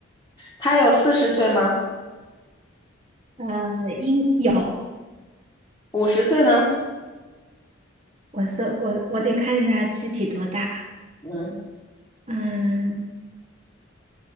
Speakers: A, on the left; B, on the right.
A: 他有四十岁吗？
B: 呃，应有，
A: 五十岁呢？
B: 我是我，我得看一下他具体多大。
A: 嗯，
B: 嗯，